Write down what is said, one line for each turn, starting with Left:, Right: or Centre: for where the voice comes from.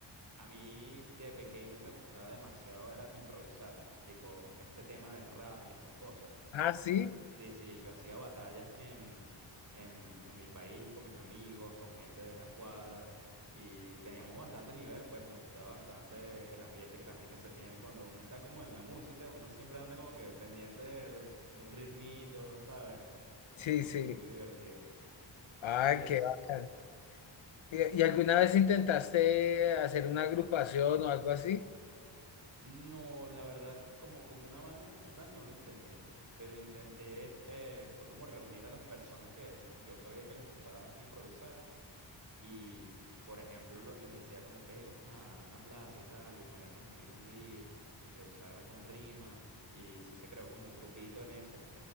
Right: A mí de pequeño me gustaba demasiado era improvisar, tipo este tema del rap y esas cosas.
Left: ah,
Right: Me-
Left: sí,
Right: sí, sí, yo hacía batallas en, en, en mi país con mis amigos, con gente de la cuadra y teníamos bastante nivel, pues me gustaba bastante el ambiente que también que se tiene cuando uno está como en la música, uno siempre anda como que pendiente de, de de un ritmito, ¿sabes? Es
Left: sí,
Right: muy,
Left: sí,
Right: muy divertido.
Left: ah,
Right: Y reci-
Left: qué bacán. ¿Y, y alguna vez intentaste hacer una agrupación o algo así?
Right: No, la verdad, como, como una banda como tal, no lo intenté, pero intenté, eh, fue como reunir a las personas que yo sabía que les gustaba improvisar y, por ejemplo, lo- les decía como que, hey, vamos a una plaza y tal y ponernos a ir un beat, improvisar unas rimas y sí se creó como un grupito en eso,